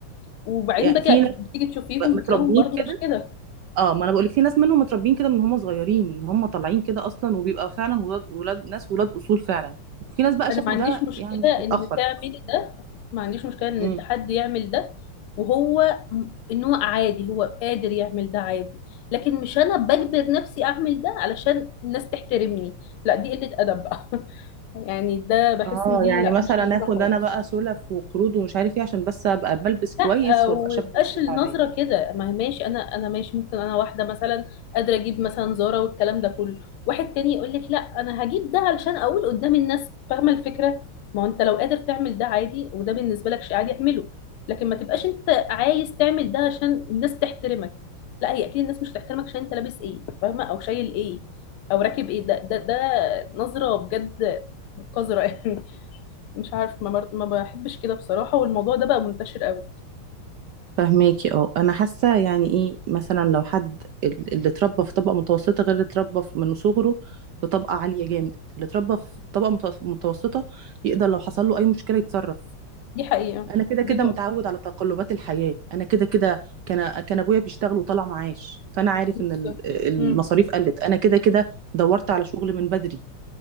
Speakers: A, on the left; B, on the right.
A: وبعدين
B: يعني
A: باجي
B: في ناس
A: بتيجي تشوفيهم
B: بقى متربيين
A: بتلاقيهم برضو
B: كده
A: مش كده
B: اه ما انا بقول لك، في ناس منهم متربيين كده من هم صغيرين ان هم طالعين كده اصلا وبيبقى فعلا ولاد ولاد ناس ولاد اصول فعلا وفي ناس بقى شافوا
A: انا ما عنديش
B: ده
A: مشكله
B: يعني متاخر
A: ان تعملي ده ما عنديش مشكله ان
B: امم
A: الحد يعمل ده وهو م- ان هو عادي هو قادر يعمل ده عادي لكن مش انا بجبر نفسي اعمل ده علشان الناس تحترمني لا دي قله ادب بقى <laughs> يعني ده بحس
B: اه
A: ان دي
B: يعني
A: لا
B: مثلا
A: مش لذيذه
B: اخد
A: خالص
B: انا بقى سلف وقروض ومش عارف ايه عشان بس ابقى بلبس كويس
A: لا آه،
B: وابقى
A: ويبقاش
B: شبه الناس اللي
A: النظره
B: حواليا
A: كده ما هي ماشي انا انا ماشي ممكن انا واحده مثلا قادره اجيب مثلا زاره والكلام ده كله واحد تاني يقول لك لا انا هجيب ده علشان اقول قدام الناس فاهمه الفكره ما هو انت لو قادر تعمل ده عادي وده بالنسبه لك شيء عادي اعمله لكن ما تبقاش انت عايز تعمل ده عشان الناس تحترمك لا هي اكيد الناس مش هتحترمك عشان انت لابس ايه فاهمه او شايل ايه او راكب ايه ده ده ده نظره بجد قذره يعني <laughs> مش عارف ما بر- ما بحبش كده بصراحه والموضوع ده بقى منتشر قوي
B: فهماكي اه انا حاسه يعني ايه مثلا لو حد ال- اللي اتربى في طبقه متوسطه غير اللي اتربى في- من صغره في طبقه عاليه جامد اللي اتربى في طبقه متوس- متوسطه يقدر لو حصل له اي مشكله يتصرف
A: دي حقيقة
B: انا كده
A: دي
B: كده
A: نقطة
B: متعود على تقلبات الحياه انا كده كده كان كان ابويا بيشتغل وطلع معاش فانا عارف
A: بالظبط
B: ان ال- المصاريف
A: مم.
B: قلت انا كده كده دورت على شغل من بدري